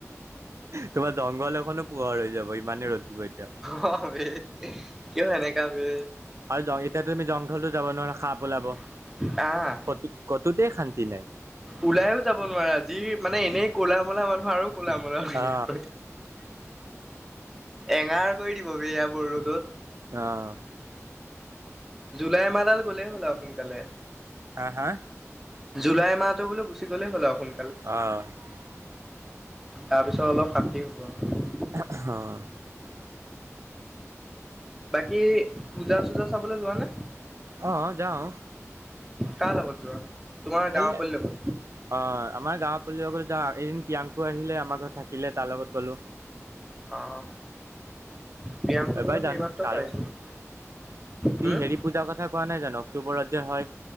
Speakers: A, on the right (about 60°); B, in the centre.
A: তোমাৰ জংঘল এখনো পোহৰ হৈ যাব ইমানেই ৰ'দ। দিব এতিয়া
B: হয় বে, কিয় এনেকুৱা বে।
A: আৰু এতিয়া তুমি জংঘলতো যাব নোৱাৰা সাপ ওলাব।
B: আহ,
A: কতো কতোতে শান্তি নাই
B: ওলাইও যাব নোৱাৰা যি মানে এনেই ক'লা মূলা মানুহ আৰু ক'লা মূলা হৈ যাম।
A: অ
B: এঙাৰ কৰি দিব বি এইয়া বোৰ ৰ'দত।
A: আহ।
B: জুলাই মাহ ডাল গ'লে হ'ল সোনকালে।
A: হা - হা।
B: জুলাই মাহটো বো গুচি গ'লে হ'ল সোণ
A: অহ ',
B: তাৰপিছত অলপ শান্তি হ'ব আৰু।
A: হ।
B: বাকী পূজা চূজা চাবলৈ যোৱা নে?
A: অহ, যাও।
B: কাৰ লগত যোৱা? তোমাৰ গাঁৱৰ
A: অ,
B: পোৱালি লগত
A: আমাৰ গাও পোৱালী বিলাকৰ লগত যাও। এদিন প্ৰিয়াংকু আহিলে আমাৰ ঘৰত থাকিলে। তাৰ লগত গ'লো।
B: অ', প্ৰিয়াংকুৰ
A: এই বাৰ
B: লগত
A: জানো
B: এইমাত্ৰ
A: কাৰ
B: পাইছিলোঁ
A: লগত যাও। তুই
B: হম
A: হেৰি পূজাৰ কথা কোৱা নাই জানো, অক্টোবৰত যে হয়?